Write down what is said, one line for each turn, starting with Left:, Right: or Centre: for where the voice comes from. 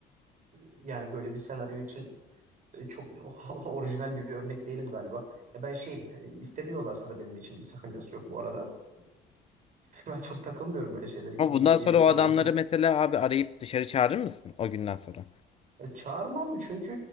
Right: yani böyle bir senaryo için E, çok <laughs> orijinal bir örnek değilim galiba. Ya ben şeyim, e, istemiyorlarsa da benim için bir sakıncası yok bu arada. <laughs> Ben çok takılmıyorum böyle şeyleri
Left: Ama
Right: kimin
Left: bundan
Right: isteyip
Left: sonra
Right: istememesinin.
Left: o adamları mesela abi arayıp dışarı çağırır mısın o günden sonra?
Right: E, çağırmam çünkü